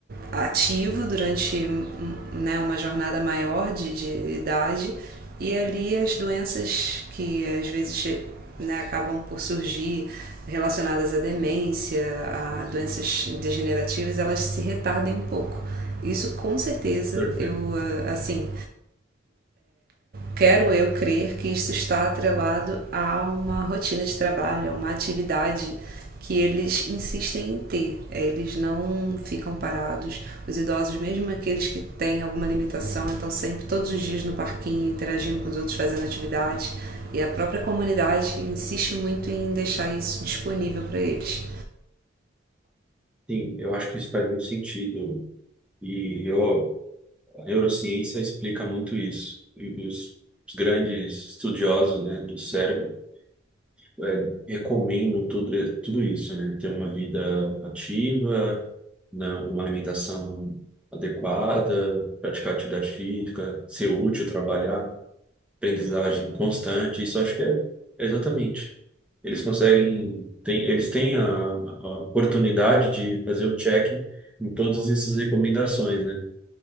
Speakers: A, on the right (about 50°); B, in the centre.
A: ativo durante um, um, né, uma jornada maior de, de idade e ali as doenças que às vezes né, acabam por surgir relacionadas à demência, a doenças degenerativas, elas se retardem um pouco. Isso com certeza
B: certeza.
A: eu ah, assim quero eu crer que isso está atrelado a uma rotina de trabalho, a uma atividade que eles insistem em ter. Eles não ficam parados. Os idosos, mesmo aqueles que têm alguma limitação, estão sempre todos os dias no parquinho, interagindo com os outros, fazendo atividade. E a própria comunidade insiste muito em deixar isso disponível para eles.
B: Sim, eu acho que isso faz muito sentido. E eu, a neurociência explica muito isso. E os, os grandes estudiosos, né, do cérebro é, recomendam tudo, é, tudo isso, né? Ter uma vida ativa, né? Uma alimentação adequada, praticar atividade física, ser útil, trabalhar, aprendizagem constante. Isso eu acho que é é exatamente. Eles conseguem, tem, eles têm a, a oportunidade de fazer o check em todas essas recomendações, né?